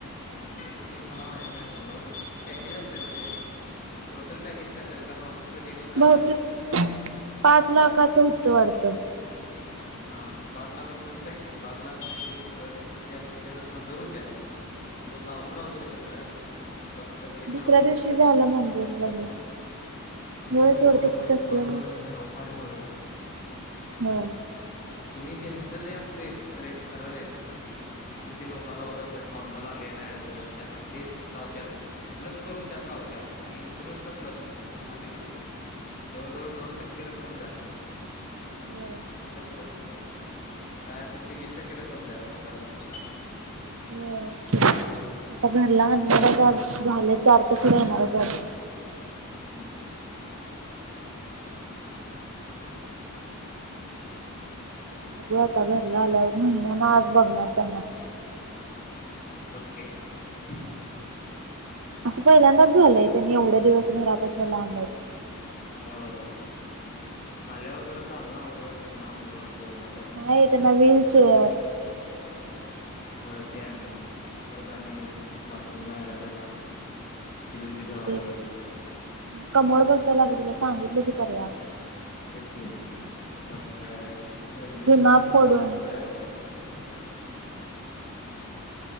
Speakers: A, on the left; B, on the right.
A: कॅशलेस क्लेम मला माहित नाही सोड पॅकेज असत्यात रे टोटल पॅकेज करत्यात कारण हॉस्पिटल एकच करणार
B: बहुतेक
A: असते ते
B: पाच लाखाचं होत्त वाढत.
A: हा पाच लाख रुपयाचं पॅकेज पाच लाख मध्ये जे सगळं त्यांचं ते असते तेच्या मंजूर होत्या तेव्हा दाबून लावत रे सगळं डॉक्टर लय मिळवाय
B: दुसऱ्या
A: लागल्यात
B: दिवशी
A: पैसा
B: झालं
A: देण
B: मंजूर लगेच
A: क्लेम
B: होय
A: मध्ये
B: सोड
A: एवढा
B: ते
A: पैसा
B: तसलं
A: मिळवाय आणि अफाट मिळवाल्यात
B: हम
A: कनी त्यांचं जे असते रेट खरं रेट जिथे लोक लावत असत्यात नॉर्मल आले आणि ऍडमिट झाले त्यांना तेच लावत्यात प्लस करून त्यात लावत्यात आणि इन्शुरन्स तर प्लस म्हणजे झाले किती जवळ जवळ दोन टक्के रक्कम जास्त
B: होय
A: ठरलं काय <unintelligible> काय असेल ते वीस टक्के रक्कम दया शंभर मदल
B: हो आता घरला आणनार आहेच झालं चारच्या पुढ येणार आहे वाटत
A: हम्म
B: बघू आता घरला आल्याव महिन्यान आज बघणार त्यांना
A: पक्केचं <unintelligible>
B: असं पहिल्यांदाच झालंय त्यांनी एवढं किती दिवस घरापासून लांब आहेत.
A: हो आल्यावर खरं चालण अवघड फिरणं अवघड बोलण
B: नाही त्यांना व्हीलचेअर
A: होय ते आणि परत आणि बाथरूमला यायला त्याला बिडची ठेवायला
B: तेच
A: पाहिजे इथं
B: कमळ कस लागेलच <unintelligible> सांगितलं ते खर
A: हेच की परत ग्रेबिलां
B: जुना
A: कणी
B: फोडून
A: उभारून जायला पाहिजे <unintelligible> हम् <inaudible>